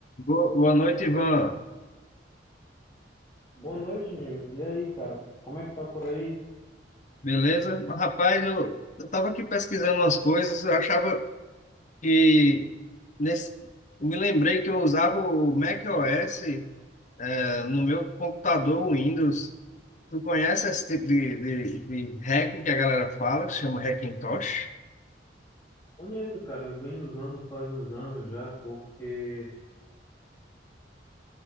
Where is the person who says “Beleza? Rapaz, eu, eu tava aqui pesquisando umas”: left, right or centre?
Left